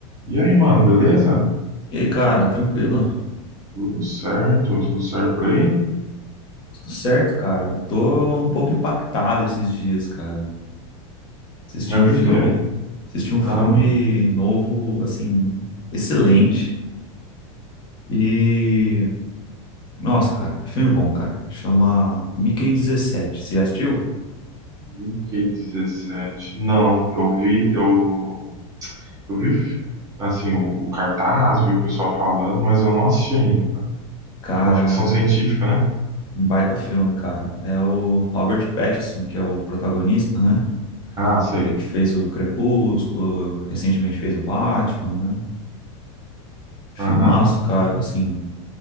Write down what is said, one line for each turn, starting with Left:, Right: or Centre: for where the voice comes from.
Right: E aí, mano, beleza?
Left: E aí, cara, tranquilo?
Right: Tudo certo, tudo certo por aí?
Left: Tudo certo, cara. Tô um pouco impactado esses dias, cara. Assisti
Right: Mas
Left: um
Right: por
Left: filme,
Right: quê?
Left: assisti um
Right: Ah,
Left: filme novo, assim, excelente. E nossa, cara, que filme bom, cara. Chama Mickey 17. Você já assistiu?
Right: VK17. Não, eu vi, eu, eu vi assim, o, o cartaz, vi o pessoal falando, mas eu não assisti ainda.
Left: Cara,
Right: É uma ficção
Left: um,
Right: científica, né?
Left: um baita filme, cara. É o Robert Pattinson que é o protagonista, né?
Right: Ah, sei.
Left: Aquele que fez o Crepúsculo, recentemente fez o Batman, né? Filmaço,
Right: Aham,
Left: cara, assim.